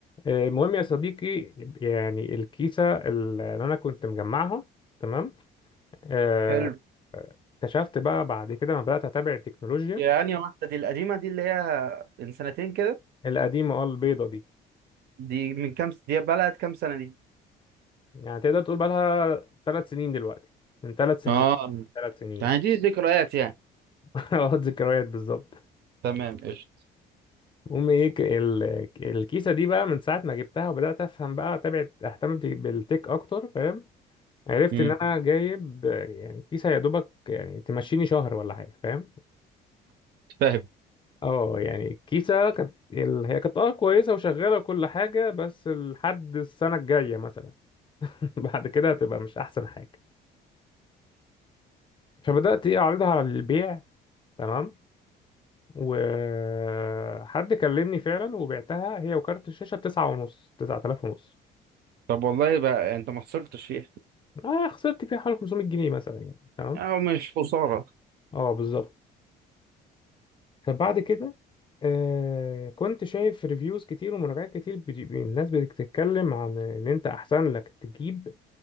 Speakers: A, on the left; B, on the right.
A: آه، المهم يا صديقي يعني الكيسة اللي أنا كنت مجمعها تمام آه،
B: حلو
A: اكتشفت بقى بعد كده لما بدأت أتابع التكنولوجيا
B: يعني واحدة دي القديمة دي اللي هي من سنتين كده
A: القديمة اه البيضة دي
B: دي من كام س- دي بقالها كام سنة دي
A: يعني تقدر تقول بقى لها ثلاث سنين دلوقتي من ثلاث سنين
B: اه مم.
A: ثلاث سنين
B: يعني دي ذكريات يعني
A: <laughs> اه ذكريات بالظبط
B: تمام قشطة
A: المهم ايه ك- ال- الكيسة دي بقى من ساعة ما جبتها وبدأت أفهم بقى أتابع أهتم بالتك أكتر فاهم عرفت
B: امم
A: إن أنا جايب آه، يعني كيسة يا دوبك يعني تمشيني شهر ولا حاجة فاهم
B: فاهم
A: اه يعني كيسة كانت ال- هي كانت اه كويسة وشغالة وكل حاجة بس لحد السنة الجاية مثلا <laughs> بعد كده هتبقى مش أحسن حاجة فبدأت ايه أعرضها على البيع تمام وحد كلمني فعلا وبعتها هي وكارت الشاشة بتسعة ونص تسعة آلاف ونص
B: طب والله بقى انت ما خسرتش فيها
A: أنا خسرت فيها حوالي 500 جنيه مثلا يعني تمام
B: او مش خساره
A: اه بالظبط فبعد كده آه كنت شايف ريفيوز كتير ومراجعات كتير بت- الناس بتتكلم عن ان انت احسن لك تجيب